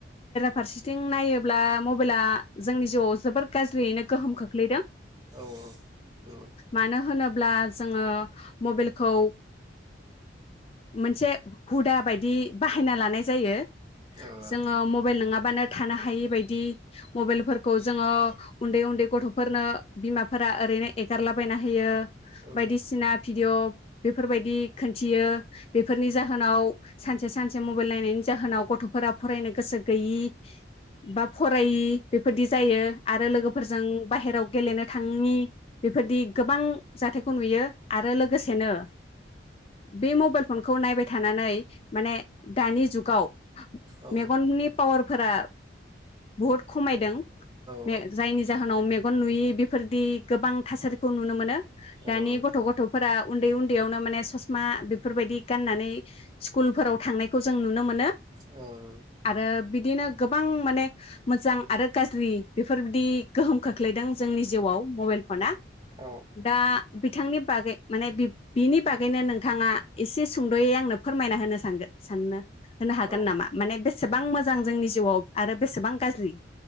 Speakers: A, on the left; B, on the right.
A: फारसेथिं नायोब्ला मबाइला जोंनि जिउआव जोबद गाज्रियैनो गोहोम खोख्लैदों
B: औ नंगौ
A: मानो होनोब्ला जोंङो मबाइलखौ मोनसे हुदा बायदि बाहायना लानाय जायो।
B: औ औ
A: जोंङो मबे नंङाबानो थानो हायि बायदि मबाइलफोरखौ जोंङो उन्दै -उन्दै गथफोरनो बिमाफोरा ओरैनो एगारलाबायना होयो
B: औ
A: बायदिसिना भिडिअ बेफोरबायदि खोन्थियो बेफोरनि जाहोनाव सानसे -सानसे मबाइल नायनायनि जाहोनाव गथफोरा फरायनो गोसो गैयि बा फरायि बेफोरदि जायो आरो लोगोफोरजों बाहेरायाव गेलेनो थांई बेफोरदि गोबां जाथायखौ नुयो। आरो लोगोसेनो बे मबाइल फनखौ नायबाय थानानै माने दानि जुगाव
B: औ
A: मेगननि पावारफोरा बहुद खमायदों बे
B: औ
A: जायनि जाहोनाव
B: खमायदों
A: मेगन नुयै बेफोरदि गोबां थासारिखौ नुनो मोनो। दानि
B: औ
A: गथ- गथ फोरा उन्दै -उन्दैयावनो माने ससमा बेफोरबायदि गाननानै स्कुलफोराव थांनाय खौ जों नुनो मोनो।
B: औ।
A: आरो बिदिनो गोबां माने मोजां आरो गाज्रि बेफोरबायदि गोहोम खोख्लैदों जोंनि जिउआव मबाइल फना।
B: औ
A: दा बि बिथांनि बागै माने बिनि बागैनो नोंथाङा एसे सुंद'यै आंनो फोरमायना होनो सानगो साननो होनो हागोन
B: औ
A: नामा माने बेसेबां मोजां जों जोंनि जिउआव आरो बेसेबां गाज्रि